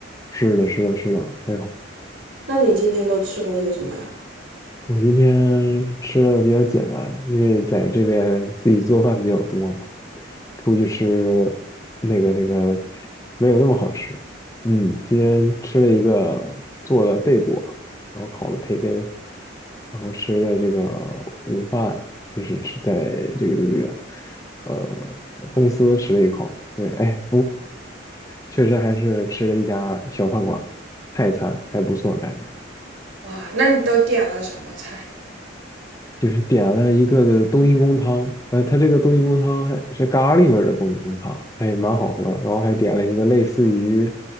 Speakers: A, on the left; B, on the right.
A: 是的，是的，是的，哎呦，
B: 那你今天都吃了些什么呀？
A: 我今天吃的比较简单，因为在这边自己做饭比较多嘛，出去吃那个那个没有那么好吃。嗯，今天吃了一个做的贝果，然后烤的培根，然后吃了这个午饭，就是吃在这个这个呃公司吃了一口。对，哎，确实还是吃了一家小饭馆，泰餐还不错，感觉。
B: 哇，那你都点了什么菜？
A: 就是点了一个的冬阴功汤，呃，它这个冬阴功汤还是咖喱味儿的冬阴功汤，哎，蛮好喝。然后还点了一个类似于